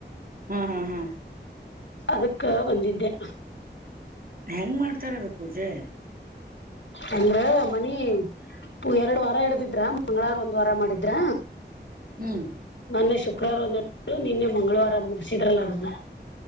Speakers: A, on the right; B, on the left.
A: ಹ್ಮ್ ಹ್ಮ್ ಹ್ಮ್
B: ಅದಕ್ಕ ಬಂದಿದ್ದೆ
A: ಹೆಂಗ್ ಮಾಡ್ತಾರದು ಪೂಜೆ
B: ಅಂದ್ರ ಮನಿ ಪ ಎರಡು ವಾರ ಇಡತಿದ್ರ ಮಂಗಳವಾರ ಒಂದ್ ವಾರ ಮಾಡಿದ್ರ
A: ಹ್ಮ್
B: ಮೊನ್ನೆ ಶುಕ್ರವಾರ ಒಂದು ಇತ್ತು ನಿನ್ನೆ ಮಂಗಳವಾರ ಮುಗಸಿದ್ರಲ್ಲ ಅದನ್ನ